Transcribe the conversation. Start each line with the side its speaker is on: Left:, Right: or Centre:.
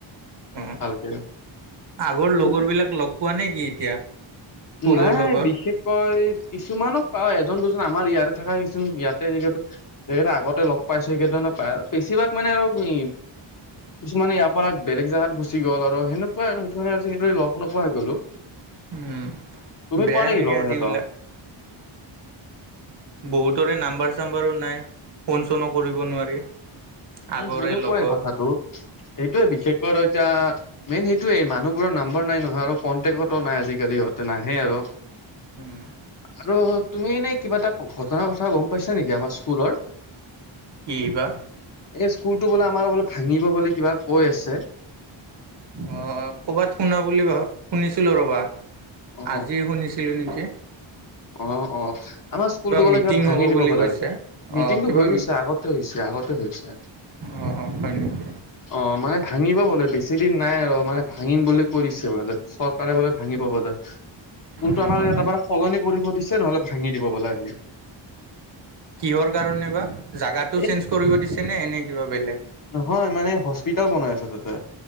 Right: ওম,
Left: ভালকে।
Right: আগৰ
Left: ত'
Right: লগৰ
Left: সেই
Right: বিলাক লগ পোৱা নে কি? এতিয়া স্কুলৰ
Left: নাই
Right: লগৰ
Left: বিশেষ কৈ, কিছুমানক পাও, এজন দুজন আমাৰ ইয়াতে থকা কিছুমান ইয়াতে জেগাটো সেইকেইটা আগতে লগ পাইছো সেইকেইটা নো পাই আৰু, বেছিভাগ মানে আৰু কি কিছুমানে ইয়াৰ পৰা বেলেগ জেগাত গুচি গ'ল আৰু সেনেকুৱা আৰু সেইটো কাৰণে আজিকালি লগ নোপোৱা হৈ গ'লো।
Right: উম,
Left: তুমি
Right: বেয়া
Left: পোৱা নেকি
Right: লাগে
Left: লগ
Right: আজিবিলাক
Left: সিহঁতক?
Right: বহুতৰে নাম্বাৰ চাম্বাৰো নাই ফোন চোনো কৰিব নোৱাৰি। আগৰে
Left: উম সেনেকুৱাই
Right: লগৰ
Left: কথাটো এইটোয়ে বিশেষকৈ আৰু এতিয়া মেইন সেইটোৱেই মানুহবোৰৰ নাম্বৰ নাই নহয় আৰু কন্টেকটো নাই আজিকালি হিহঁতে নাহে আৰু
Right: উম।
Left: আৰু তুমি এনেই কিবা এটা ঘটনাৰ কথা গম পাইছা নেকি আমাৰ স্কুলৰ?
Right: কি বা?
Left: এই স্কুলতো বোলে আমাৰ বোলে ভাঙিব বোলে কিবা কৈ আছে।
Right: অ কবাত শুনা বুলি ভ শুনিছিলো ৰবা।
Left: অ'।
Right: আজি শুনিছিলি নেকি?
Left: অ অ, আমাৰ স্কুলটো বোলে
Right: মিটিং
Left: কিবা ভাঙি
Right: হ'ব
Left: দিব
Right: বুলি
Left: বোলে!
Right: কৈছে
Left: মিটিংটো
Right: অ' কিবা
Left: হৈ গৈছে, আগতে হৈছে আগতে হৈছে।
Right: অ অ হয় নেকি?
Left: অ মানে ভাঙিব বোলে বেছি দিন নাই আৰু মানে ভাঙিম বুলি কৈ দিছে বোলে। চৰকাৰে বোলে ভাঙিব বোলে। স্কুলটো
Right: অ'
Left: আমাৰ এ তাৰ পৰা সলনি কৰিব দিছে নহলে ভাঙি দিব বোলে আহি।
Right: কিহৰ কাৰণে বা, জাগাটো
Left: এই
Right: চেঞ্জ কৰিব দিছেনে এনেই কিবা বেলেগ?
Left: নহয় মানে হস্পিতেল বনাই আছে তাতে।